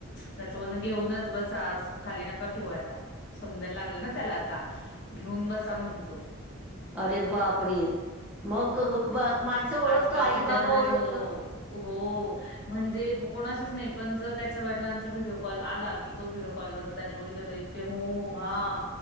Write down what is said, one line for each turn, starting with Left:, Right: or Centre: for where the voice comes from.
Left: त्याच म्हणण घेऊनच बसा अस खाली नका ठेवू आता. समजायला लागलं ना त्याला आता घेऊन बसा म्हणतो.
Centre: अरे बाप रे. मग माणसं ओळखतो.
Left: आजकालची
Centre: आई
Left: जनरेशन
Centre: बाबा ओळखतो?
Left: हो हो. म्हणजे कोणाशीच नाही. पण जर त्याच्या वडिलांचा व्हिडिओ कॉल आला की, तो व्हिडिओ कॉलवर जर त्याने बघितलं तर त्याने इत क हुं हा.